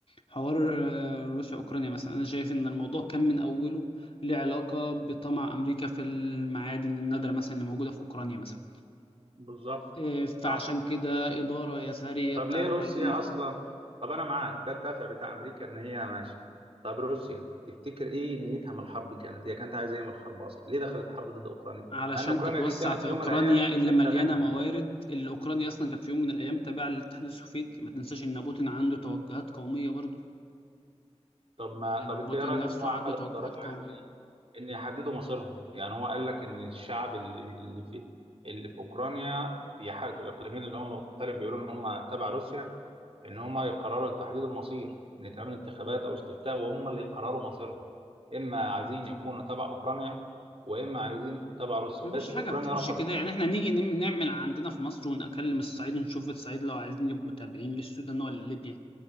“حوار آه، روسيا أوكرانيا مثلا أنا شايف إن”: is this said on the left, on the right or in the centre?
Left